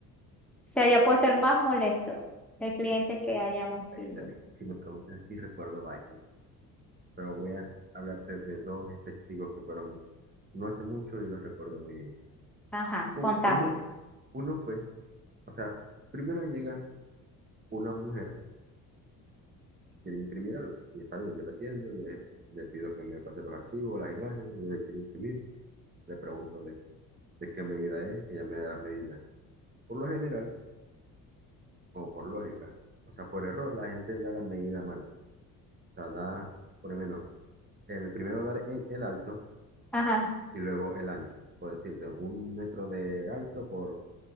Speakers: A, in the centre; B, on the right (about 20°).
A: se haya puesto el más molesto, el cliente que hayamos
B: préstale.
A: sido.
B: Si me preguntas, sí recuerdo varios, pero voy a hablarte de dos específicos que fueron no hace mucho y los recuerdo muy bien.
A: Ajá,
B: u-
A: contame.
B: uno, uno fue, o sea, primero llega una mujer que quiere imprimir algo, y está bien, yo la atiendo, le, le pido que me pase los archivos, las imágenes, le quiere imprimir, le pregunto de, de qué medida es, ella me da las medidas. Por lo general, o por lógica, o sea, por error, la gente da la medida mal, o sea, da, por lo menos, el primero dar en el alto
A: Ajá,
B: y luego el ancho, por decirte, un metro de alto por